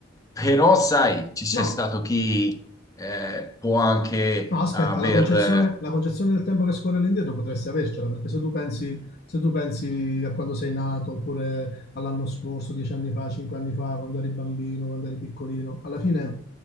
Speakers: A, on the left (about 15°); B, on the left (about 50°).
A: però, sai, ci c'è
B: No,
A: stato chi eh, può anche
B: no, aspetta,
A: aver
B: la concezione, la concezione del tempo che scorre all'indietro potresti avercela, perché se tu pensi, se tu pensi a quando sei nato, oppure all'anno scorso, dieci anni fa, cinque anni fa, quando eri bambino, quando eri piccolino, alla fine